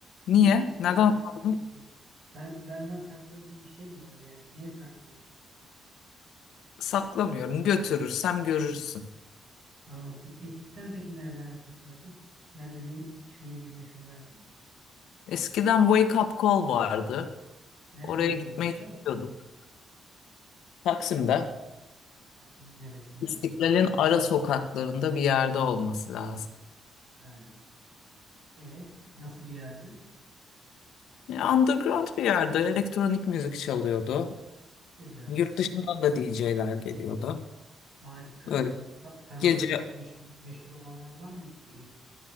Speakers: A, on the left (about 85°); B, on the right (about 55°).
A: Niye?
B: Niye ismini
A: Neden
B: vermiyorsun
A: sordun?
B: ki? Ben benden sakladığın bir şey mi var yani? Niye saklıyorsun?
A: Saklamıyorum. Götürürsem görürsün.
B: Anladım. Eskiden peki nerelerde takılırdın? Nerede ne içmeyi yemeyi severdin?
A: Eskiden Wake Up Call vardı.
B: Neredeydi
A: Oraya gitmeyi
B: orası?
A: istiyorduk. Taksim'de
B: Taksim'in neresinde?
A: İstiklal'in ara sokaklarında bir yerde olması lazım.
B: Ha. E nasıl bir yerdi?
A: Ya, Underground bir yerde elektronik müzik çalıyordu.
B: Güzel.
A: Yurt dışından da DJ'ler geliyordu.
B: Harika.
A: Böyle
B: Ta- tanıdığın
A: gece
B: bir meşhur, meşhur olanlar var mıydı ki